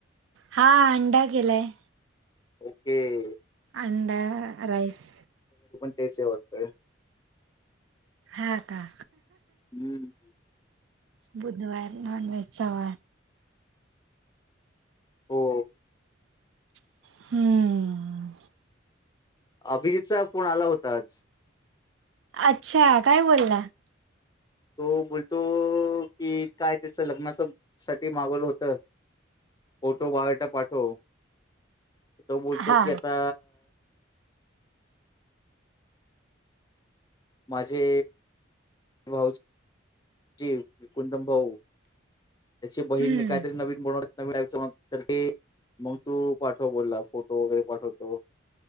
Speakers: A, on the right; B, on the left.
A: हा अंडा केलाय
B: ओके
A: अंडा राईस
B: तेचे होतोय
A: ह का
B: हम्म
A: बुधवार नॉन वहेज सवार
B: हो
A: हम्म
B: अभ चा फण आला होता आज
A: अच्छा काय बोलला
B: तो बोलतो कि काय त्याच लग्नाच साठी मागवलं होत फोटो बावेटा पाठव तो बोलतो
A: हा
B: की आता माझे भाऊ जी कुंदम भाऊ त्याची बहीणी
A: हम्म
B: मी काहीतरी नवीन बनवत मग तू पाठव बोलला फोटो वगैरे पाठवतो